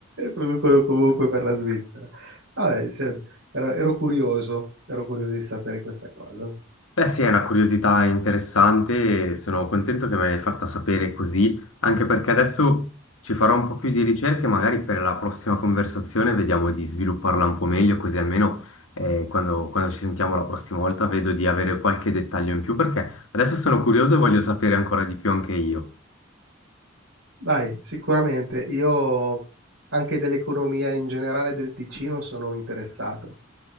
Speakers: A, on the right; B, on the left.
A: producono comunque per la Svizzera. Vabbè, se- ero, ero curioso, ero curioso di sapere questa cosa.
B: Beh, sì, è una curiosità interessante e sono contento che me l'hai fatta sapere così, anche perché adesso ci farò un po' più di ricerche, magari per la prossima conversazione vediamo di svilupparla un po' meglio, così almeno eh, quando, quando ci sentiamo la prossima volta vedo di avere qualche dettaglio in più, perché adesso sono curioso e voglio sapere ancora di più anche io.
A: Dai, sicuramente io anche dell'economia in generale del Ticino sono interessato.